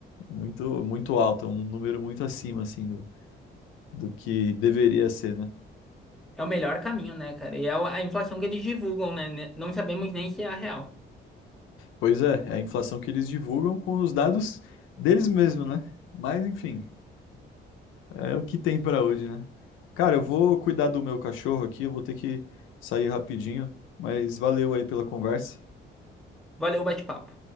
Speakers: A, on the left; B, in the centre.
A: Muito, muito alta, um número muito acima, assim, do, do que deveria ser, né?
B: É o melhor caminho, né, cara? E é a a inflação que eles divulgam, né? Ne- Não sabemos nem se é a real.
A: Pois é, é a inflação que eles divulgam com os dados deles mesmos, né? Mas, enfim, É o que tem pra hoje, né? Cara, eu vou cuidar do meu cachorro aqui, eu vou ter que sair rapidinho, mas valeu aí pela conversa.
B: Valeu o bate-papo.